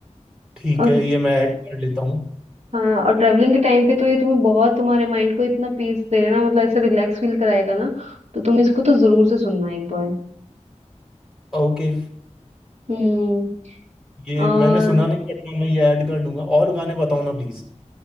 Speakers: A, in the centre; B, on the right (about 60°).
A: ठीक
B: और
A: है ये मैं ऐड कर लेता हूँ
B: हाँ और ट्रेवलिंग के टाइम पे तो ये तुम्हें बहुत तुम्हारे माइंड को इतना पीस देगा मतलब ऐसे रिलैक्स फील कराएगा ना तो तुम इसको तो जरूर से सुनना एक बार
A: ओके
B: हम्म
A: ये
B: और
A: मैंने सुना नहीं बट हाँ, मैं ये ऐड कर लूंगा और गाने बताओ ना प्लीज